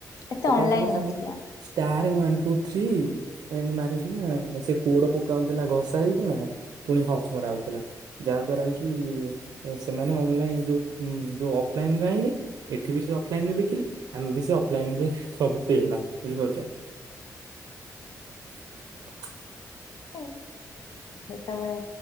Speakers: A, on the left; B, on the right.
A: ଏତେ
B: ସେତେବେଳେ
A: ଅନଲାଇନ
B: ସମୟରେ ସେମିତି
A: ନଥିଲା।
B: ଷ୍ଟାର ୱାନ୍ ଟୁ ଥ୍ରୀ ଏନି ମାରିକିନା ସେ କୋଡ ପକାଉଥିଲା ଘସା ହେଇକିନା। ପୁଣି ହଜ ମରା ହଉଥିଲା ଯାହା ଦ୍ଵାରା କି? ସେମାନେ ଅନଲାଇନ ଯୋଉ ଉଁ ଯୋଉ ଅଫଲାଇନ ରେ ଆଣିଲେ ଏଠି ବି ସେ ଅଫଲାଇନ ରେ ବିକିଲେ ଆମେ ବି ସେ ଅଫଲାଇନ ଯେ ସବୁ ପେ ହେଲା ବୁଝିପାରୁଛ। <inaudible>
A: <unintelligible> ସେତେବେଳେ